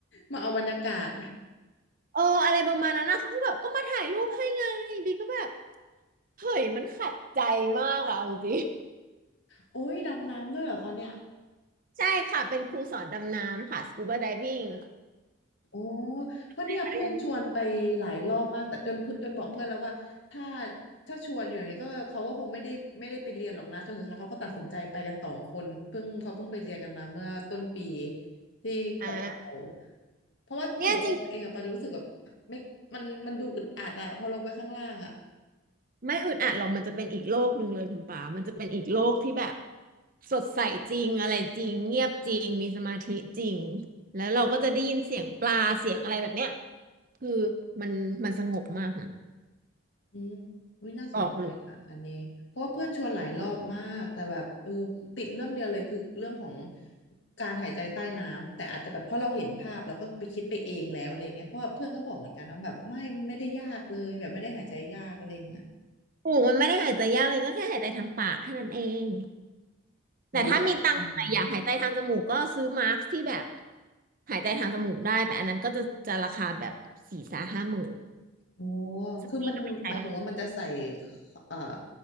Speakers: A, on the left; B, on the right.
A: มาเอาบรรยากาศ
B: เอออะไรประมาณนั้นนะเขาก็แบบก็มาถ่ายรูปให้ไงบีก็แบบเฮ้ยมันขัดใจมากอะจริง
A: โอ้ยดำน้ำด้วยเหรอคะเนี่ย
B: ๆใช่ค่ะเป็นครูสอนดำน้ำค่ะสกูบาได i ิ g ง
A: โอ้เพราะเนี่ยเพื่อนชวนไปหลายรอบมากแต่จนเพื่อนจนบอกเพื่อนแล้วว่าถ้า
B: เรียน
A: ถ้าชวนอยู่อย่างนี้ก็เขาก็คงไม่ได้ไม่ได้ไปเรียนหรอกนะจนสุดท้ายเขาก็ตัดสินใจไปกันสองคนเพิ่งเขาเพิ่งไปเรียนกันมาเมื่อต้นปีที่เกาะเต่า
B: อ่า
A: เพราะว่าส่วนตัวเองอะปารู้สึกแบบไม่มันมันดูอึดอัดอะพอลงไปข้างล่างอะ
B: เนี่ยจ ไม่อึดอัดหรอกมันจะเป็นอีกโลกหนึ่งเลยคุณป๋ามันจะเป็นอีกโลกที่แบบสดใสจริงอะไรจริงเงียบจริงมีสมาธิจริงแล้วเราก็จะได้ยินเสียงปลาเสียงอะไรแบบเนี้ยคือมันมันสงบมากนะ
A: อืมวิน่าสนใจค่ะอันนี้เพราะว่าเพื่อนชวนหลายรอบมากแต่แบบเออติดเรื่องเดียวเลยคือเรื่องของ
B: บอกเลย
A: การหายใจใต้น้ำแต่อาจจะแบบเพราะเราเห็นภาพเราก็ไปคิดไปเองแล้วอะไรอย่างเงี้ยเพราะว่าเพื่อนก็บอกเหมือนกันนะแบบไม่ไม่ได้ยากเลยแบบไม่ได้หายใจยากอะไรอย่างเงี้ย
B: ถูกมันไม่ได้หายใจยากเลยก็แค่หายใจทางปากแค่นั้นเองแต่ถ้ามีตังค์หน่อยอยากหายใจทางจมูกก็ซื้อมาร์คที่แบบ
A: ไว้แบบอืม
B: หายใจทางจมูกได้แต่อันนั้นก็จะจะราคาแบบสี่สาห้าหมื่น
A: โอ้
B: ซึ่งปีก็ไม่ใช่
A: คือมันหมายถึงว่ามันจะใส่เอ่อ